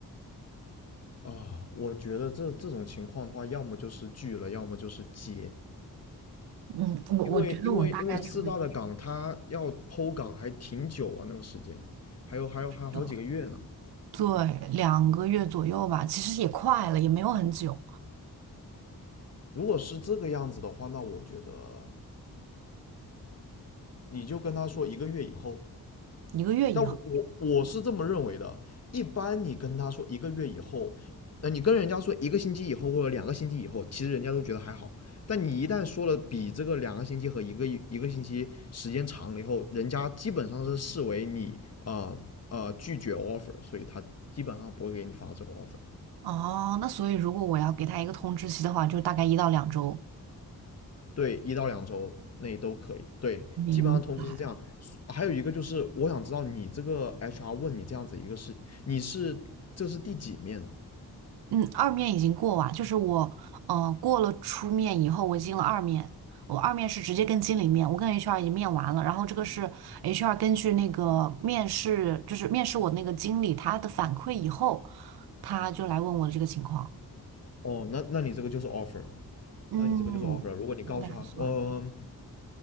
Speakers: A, on the left; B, on the right.
A: 啊、我觉得这这种情况的话，要么就是拒了，要么就是接。
B: 嗯，我我觉得我大概率会。
A: 因为因为因为四大的岗它要剖岗还挺久啊，那个时间，还有还有还有好几个月呢。
B: 的，对，两个月左右吧，其实也快了，也没有很久，
A: 如果是这个样子的话，那我觉得你就跟他说一个月以后，
B: 一个月以后。
A: 但我我我是这么认为的。一般你跟他说一个月以后，呃，你跟人家说一个星期以后或者两个星期以后，其实人家都觉得还好。但你一旦说了比这个两个星期和一个一个星期时间长了以后，人家基本上是视为你啊呃呃拒绝 offer，所以他基本上不会给你发这个 offer。
B: 哦，那所以如果我要给他一个通知期的话，就大概一到两周。
A: 对，一到两周内都可以。对，
B: 明白。
A: 基本上通知是这样。还有一个就是，我想知道你这个 HR 问你这样子一个事，你是这是第几面呢？
B: 嗯，二面已经过完，就是我，嗯、过了初面以后，我进了二面。我二面是直接跟经理面，我跟 HR 已经面完了，然后这个是 HR 根据那个面试，就是面试我那个经理他的反馈以后，他就来问我的这个情况。
A: 哦，那那你这个就是 offer 了，
B: 嗯，
A: 那你这个就是 offer 了。如果你告诉他，
B: 应该还算。
A: 嗯